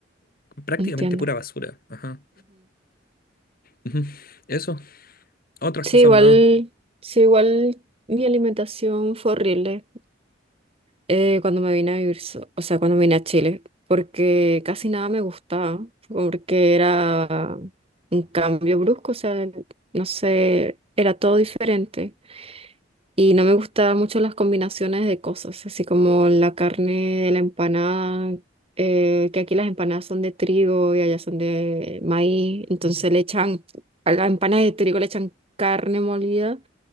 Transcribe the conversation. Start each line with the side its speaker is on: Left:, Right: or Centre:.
Left: Prácticamente
Right: Entiendo.
Left: pura basura. Ajá. Ujú. Eso, otras
Right: Sí,
Left: cosas
Right: igual,
Left: más.
Right: sí, igual mi alimentación fue horrible eh, cuando me vine a vivir, so- o sea, cuando me vine a Chile, porque casi nada me gustaba, porque era un cambio brusco, o sea, no sé, era todo diferente. Y no me gustaban mucho las combinaciones de cosas, así como la carne de la empanada, eh, que aquí las empanadas son de trigo y allá son de maíz, entonces le echan, a la empanada de trigo le echan carne molida